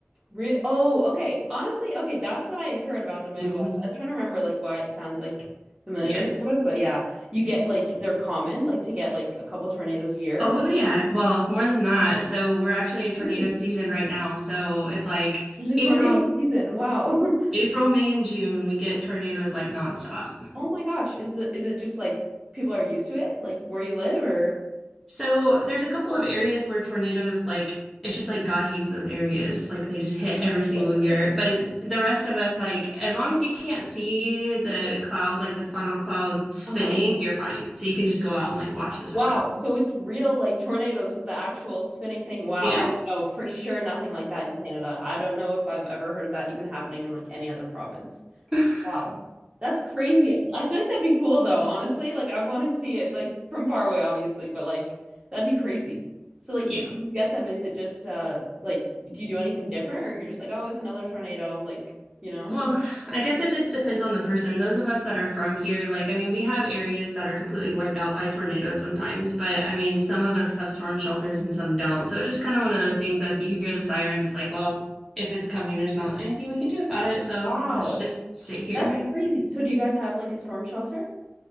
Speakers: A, on the right; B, in the centre.
A: Re oh, okay. Honestly, okay, that's what I heard about the Midwest.
B: hmm
A: I was trying to remember like why it sounds like familiar
B: Yes.
A: sort of, but yeah, you get like they're common like to get like a couple tornadoes a year
B: Oh,
A: or
B: yeah. Well, more than that. So we're actually in tornado
A: Really?
B: season right now. So it's like
A: There's a tornado
B: April,
A: season. Wow. <laughs>
B: April, May, and June, we get tornadoes like nonstop.
A: Oh my gosh, is the is it just like people are used to it like where you live or
B: So there's a couple of areas where tornadoes, like, it's just like God hates those areas. Like they just hit every single
A: <laughs>
B: year. But the rest of us, like, as long as you can't see the cloud, like the funnel cloud spinning,
A: Uh-huh.
B: you're fine. So you can just go out and like watch the storm.
A: Wow, so it's real like tornadoes with the actual spinning thing. Wow,
B: Yeah.
A: I don't know for sure nothing like that in Canada. I don't know if I've ever heard of that even happening in like any other province.
B: <laughs>
A: Wow. That's crazy. I feel like that'd be cool though, honestly. Like I would want to see it like from far away, obviously, but like that'd be crazy. So like
B: Yeah.
A: you get them, is it just uh like do you do anything different or you're just like, oh, it's another tornado, like, you know?
B: Well,
A: <laughs>
B: I guess it just depends on the person. Those of us that are from here, like, I mean, we have areas that are completely wiped out by tornadoes sometimes, but I mean, some of us have storm shelters and some don't. So it's just kind of one of those things that if you hear the sirens, it's like, well, if it's coming, there's not anything we can do about it. So
A: Wow.
B: let's just sit here
A: That's
B: and
A: crazy. So do you guys have like a storm shelter?